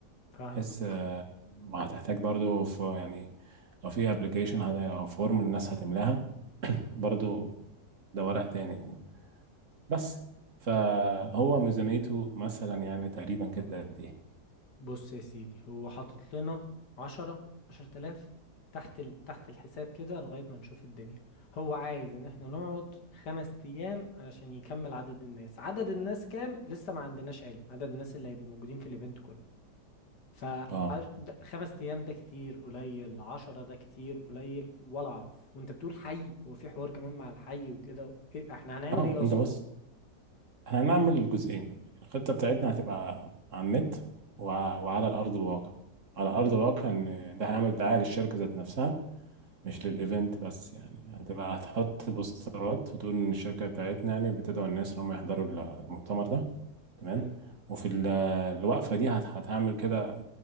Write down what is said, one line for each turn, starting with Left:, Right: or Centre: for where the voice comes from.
Left: فاهمك
Right: بحيث آه، وهتحتاج برضو في يعني لو في أبلكيشن أو فورم الناس هتملاها <coughs> <clears throat> برضو ده ورق تاني بس فهو ميزانيته مثلا يعني تقريبا كده قد ايه
Left: بص يا سيدي هو حاطط لنا عشرة عشرة آلاف تحت ال... تحت الحساب كده لغاية ما نشوف الدنيا هو عايز إن احنا نقعد خمس أيام علشان يكمل عدد الناس عدد الناس كام لسه ما عندناش علم عدد الناس اللي هيبقوا موجودين في الإيفنت كله ف
Right: اه
Left: عش- ده- خمس أيام ده كتير قليل عشرة ده كتير قليل ولا أعرف وأنت بتقول حي هو في حوار كمان مع الحي وكده إيه احنا هنعمل
Right: اه
Left: إيه أصلا؟
Right: انت بص هنعمل جزئين الخطه بتاعتنا هتبقى على النت وع- وعلى الارض الواقع على ارض
Left: امم
Right: الواقع ان ده هيعمل دعايه للشركه ذات نفسها مش للايفنت بس يعني هتبقى هتحط بوسترات وتقول ان الشركه بتاعتنا يعني بتدعو الناس ان هم يحضروا المؤتمر ده تمام
Left: حلو
Right: وفي ال- الوقفه دي هت- هتعمل كده